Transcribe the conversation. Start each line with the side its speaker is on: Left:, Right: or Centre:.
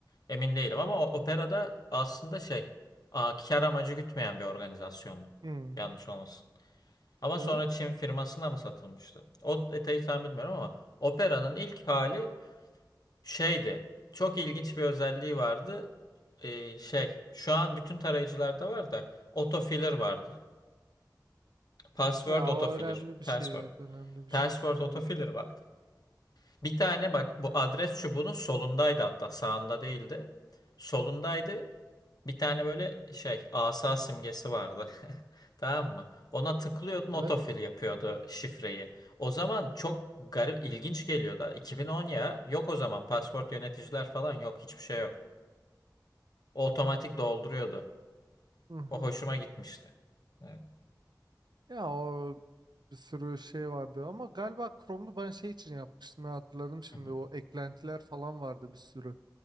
Left: Emin değilim ama o operada aslında şey a, kar amacı gütmeyen bir organizasyondu.
Right: hmm.
Left: Yanlış olmasın. Ama
Right: Evet.
Left: sonra Çin firmasına mı satılmıştı? O detayı tam bilmiyorum ama operanın ilk hali şeydi. Çok ilginç bir özelliği vardı. Ee, şey şu an bütün tarayıcılarda var da autofiller vardı. Password
Right: Ya
Left: autofiller.
Right: o önemli bir
Left: Password.
Right: şey evet önemli
Left: Password
Right: bir şey.
Left: autofiller
Right: Kullan-
Left: vardı. Bir tane bak bu adres çubuğunun solundaydı hatta sağında değildi. Solundaydı. Bir tane böyle şey asa simgesi vardı. <laughs> Tamam mı? Ona tıklıyordun
Right: Evet.
Left: otofil yapıyordu şifreyi. O zaman çok garip ilginç geliyordu. 2010 ya yok o zaman pasport yöneticiler falan yok hiçbir şey yok. O otomatik dolduruyordu.
Right: Hı hı.
Left: O hoşuma gitmişti. Evet.
Right: Ya o bir sürü şey vardı ama galiba Chrome'u ben şey için yapmıştım ya hatırladım şimdi
Left: Hı hı.
Right: o eklentiler falan vardı bir sürü.